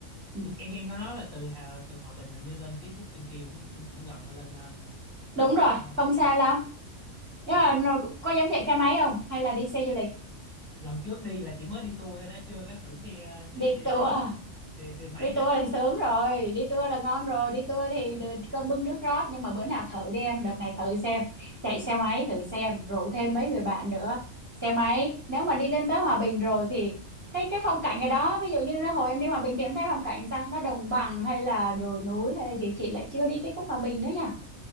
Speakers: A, on the right; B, on the left.
A: ừ.
B: em em có nói là từ Hà từ Hòa Bình hình như lên cái khúc trên kia cũng cũng cũng gần hay lên um, lên
A: đúng
B: khúc
A: rồi
B: uh,
A: không xa
B: dạ,
A: lắm nhưng
B: dạ.
A: mà nó- có dám chạy xe máy không hay là đi xe du lịch
B: lần trước đi là chỉ mới đi tour thôi đó chưa có thử xe xe
A: đi
B: xe
A: tour
B: xe
A: à?
B: xe, xe máy
A: đi tour
B: đó
A: thì sướng rồi đi tour là ngon rồi đi tour thì được cơm bưng nước rót nhưng mà bữa nào thử đi em đợt này thử xem chạy xe máy thử xem rủ thêm mấy người bạn nữa xe máy nếu mà đi lên tới Hòa Bình rồi thì cái cái phong cảnh ở đó ví dụ như hồi em đi Hòa Bình thì em thấy phong cảnh sao nó đồng bằng hay là đồi núi hay là gì chị lại chưa đi cái khúc Hòa Bình nữa nha